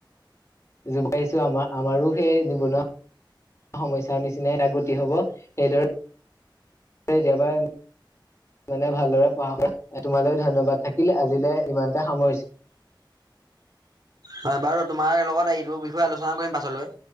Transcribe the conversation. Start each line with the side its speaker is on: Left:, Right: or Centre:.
Left: যোগাইছো আমাৰ আমাৰো সেই নিবনুৱা। সমস্যাৰ নিচিনাই গতি হব সেইদৰে কেতিয়াবা। মানে ভালদৰে পঢ়া কৰা তোমালৈ ধন্যবাদ থাকিল আজিলৈ ইমানতে সামৰিছোঁ।
Right: হয় বাৰু তোমাৰ লগত এইটো বিষয়ে আলোচনা কৰিম পাছলৈ।